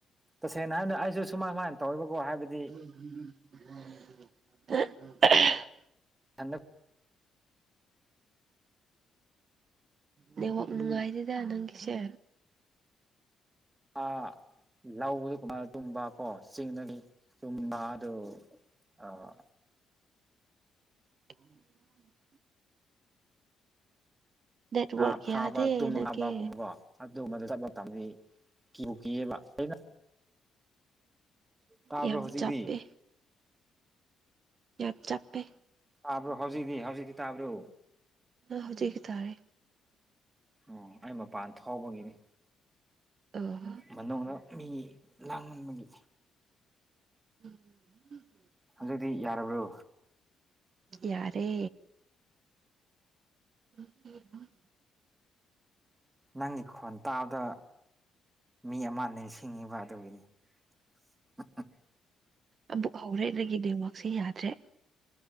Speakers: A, on the right; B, on the right.
A: ꯇꯁꯦꯡꯅ ꯍꯥꯏꯝꯅ ꯑꯩꯁꯨ ꯁꯨꯃꯥ ꯃꯥꯏꯟ ꯇꯧꯋ‌ꯦꯕꯀꯣ ꯍꯥꯏꯕꯗꯤ
B: <unintelligible>
A: ꯍꯟꯗꯛ
B: ꯅꯦꯋꯥꯛ ꯅꯨꯡꯉꯥꯏꯗꯦꯗ ꯅꯪꯒꯤꯁꯦ
A: ꯑꯥ ꯂꯧ ꯒꯤ ꯀꯨꯃꯥꯏ ꯈꯨꯝꯕ ꯀ‌ꯣ ꯆꯤꯡꯗꯒꯤ ꯆꯨꯝꯕ ꯗꯨ ꯑꯥ
B: <inaudible> ꯅꯦꯠꯋꯥꯛ
A: ꯉꯥ ꯐꯥꯕ
B: ꯌꯥꯗꯦ
A: ꯇꯨꯝ
B: ꯅꯪꯒꯤ
A: ꯉꯥ ꯕ ꯀꯨꯝꯕꯀꯣ ꯑꯗꯨꯝꯕꯗ ꯆꯠꯄ ꯇꯝꯗꯤ ꯀꯤꯕꯨ ꯀꯤꯌ‌ꯦꯕ ꯑꯩꯅ ꯇꯥꯕ꯭ꯔꯣ
B: ꯌꯥꯝ
A: ꯍꯧꯖꯤꯛꯇꯤ
B: ꯆꯞꯄꯦ ꯌꯥꯝ ꯆꯞꯄꯦ
A: ꯇꯥꯥꯕ꯭ꯔꯣ ꯍꯧꯖꯤꯛꯗꯤ ꯍꯧꯖꯤꯛꯗꯤ ꯇꯥꯕ꯭ꯔꯣ
B: ꯅ ꯍꯧꯖꯤꯛꯇꯤ ꯇꯥꯔꯦ
A: ꯑꯣ ꯑꯩ ꯃꯄꯥꯟ ꯊꯣꯎꯕꯒꯤꯅꯤ
B: ꯑꯣ
A: ꯃꯅꯨꯡꯗ ꯃꯤ ꯂꯥꯡꯃꯟꯕꯒꯤ
B: <unintelligible>
A: ꯍꯧꯖꯤꯛꯇꯤ ꯌꯥꯔꯕ꯭ꯔꯣ
B: ꯌꯥꯔꯦ <unintelligible>
A: ꯅꯪꯒꯤ ꯈꯣꯟ ꯇꯥꯗ ꯃꯤ ꯑꯃꯥ ꯅꯤꯔꯁꯤꯡꯉꯤꯕ ꯑꯗꯨꯒꯤꯅꯤ <unintelligible>
B: ꯑꯃꯨꯛ ꯍꯧꯔꯦ ꯅꯪꯒꯤ ꯅꯦꯋꯥꯛꯁꯦ ꯌꯥꯗ꯭ꯔꯦ